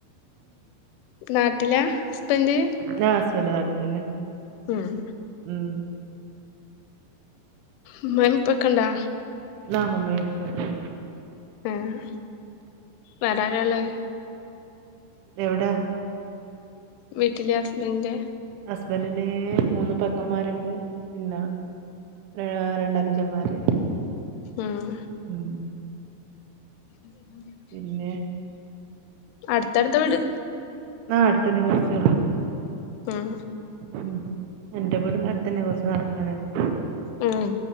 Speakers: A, on the left (about 85°); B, on the right (about 80°).
A: നാട്ടിലാ ഹസ്ബന്റ്?
B: ന്റ ഹസ്ബൻഡ് കൊഴ്പ്പ ല്ല
A: ഉംഹ്
B: ഉം
A: ഉമ്മയും ഉപ്പയും ക്കെണ്ടോ?
B: ന്നാ മ് മ്മയും ഉപ്പയും ഒക്കെണ്ട്.
A: ആഹ് വേറാരാ ള്ളേ?
B: എവിടെ?
A: വീട്ടില ഹസ്ബന്റെ.
B: ഹസ്ബന്റിന് മൂന്നു പെങ്ങന്മാരു ണ്ട് പിന്നെ. വേയ രണ്ട് അനുജൻമാര്
A: ഉം
B: ഉം
A: <unintelligible>
B: പിന്നേ?
A: അടുത്തടുത്ത വീട്
B: ആഹ് അടുത്തന്നെ കുറച്ചേള്ളൂ.
A: ഉം
B: ഉം എന്റെ വീടിനടുത്തന്നെ കൊറച്ച് നടക്കാനേ ഉള്ളൂ.
A: ഉം